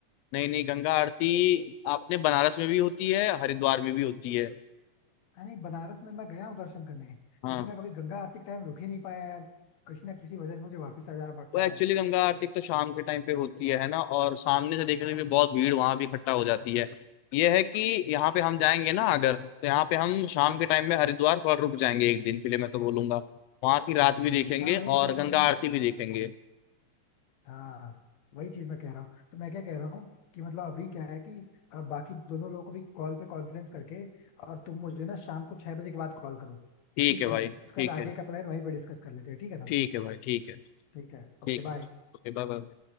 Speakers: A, on the left; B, on the left.
A: नहीं नहीं गंगा आरती आपने बनारस में भी होती है हरिद्वार में भी होती है
B: हाँ, नहीं बनारस में मैं गया हूँ दर्शन करने
A: हाँ
B: लेकिन मैं कभी गंगा आरती के टाइम रुक ही नहीं पाया यार किसी ना किसी वजह से मुझे वापस आ जाना पड़ता
A: वो एक्चुअली
B: है
A: गंगा आरती तो शाम के टाइम पे होती है है ना और सामने से देखने में
B: हाँ
A: भी बहुत भीड़ वहां भी इकट्ठा हो जाती है ये है कि यहाँ पे हम जाएंगे ना अगर तो यहाँ पे हम शाम के टाइम में हरिद्वार पर रुक जाएंगे एक दिन के लिए मैं तो बोलूंगा वहां की रात भी देखेंगे
B: हाँ वहीं पे
A: और
B: रुक जाएंगे
A: गंगा
B: ना
A: आरती भी देखेंगे
B: हाँ वही चीज मैं कह रहा हूँ तो मैं क्या कह रहा हूँ कि मतलब अभी क्या है कि अ, बाकी दोनों लोगों को भी कॉल पे कॉन्फ्रेंस करके और तुम मुझे ना शाम को छह बजे के बाद कॉल करो
A: ठीक
B: ठीक
A: है
B: है
A: भाई ठीक
B: उसके बाद आगे
A: है
B: का प्लान वहीं पे डिस्कस कर लेते हैं ठीक है ना
A: ठीक है भाई ठीक है
B: ठीक है
A: ठीक
B: ओके बाय
A: है ओके बाय बाय